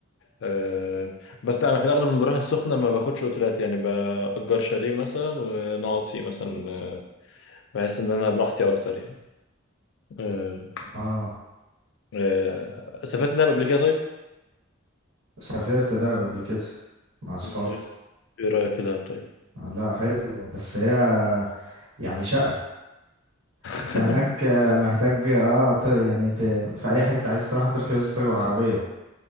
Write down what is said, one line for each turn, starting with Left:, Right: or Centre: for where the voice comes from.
Left: آه بس لا انا في الاغلب لما بروح السخنه ما باخدش اوتيلات يعني باجر شاليه مثلا ونقعد فيه مثلا آه، بحس ان انا براحتي اكتر يعني آه
Right: اه
Left: آه، سافرت دهب قبل كده طيب؟
Right: سافرت دهب قبل كده مع اصحابي
Left: مم. ايه إيه رأيك في دهب طيب؟
Right: لا حلو بس هي يعني شقة
Left: <laughs>
Right: انت هناك آه، محتاج اه ت... يعني ت... في اي حتة عايز تروح تركز تركب عربية